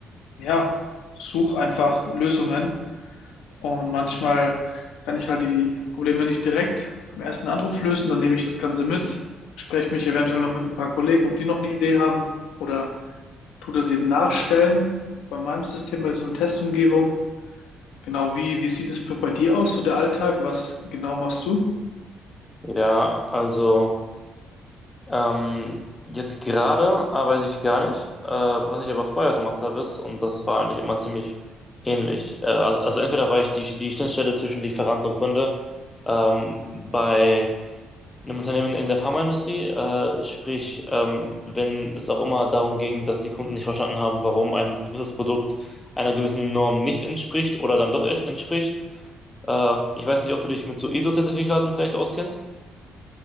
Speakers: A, on the left; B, on the left.
A: ja, such einfach Lösungen. Und manchmal kann ich halt die, die Probleme nicht direkt beim ersten Anruf lösen. Dann nehme ich das Ganze mit, spreche mich eventuell noch mit ein paar Kollegen, ob die noch eine Idee haben oder tu das eben nachstellen. Bei meinem System bei so einer Testumgebung. Genau wie, wie sieht es bei dir aus, so der Alltag? Was genau machst du?
B: Ja, also. Ähm, jetzt gerade arbeite ich gar nicht. Äh, was ich aber vorher gemacht habe, ist, und das war eigentlich immer ziemlich ähnlich. Äh, also, also entweder war ich die, die Schnittstelle zwischen Lieferant und Kunde ähm, bei einem Unternehmen in der Pharmaindustrie, äh, sprich, ähm, wenn es auch immer darum ging, dass die Kunden nicht verstanden haben, warum ein gewisses Produkt einer gewissen Norm nicht entspricht oder dann doch entspricht. Äh, ich weiß nicht, ob du dich mit so ISO-Zertifikaten vielleicht auskennst.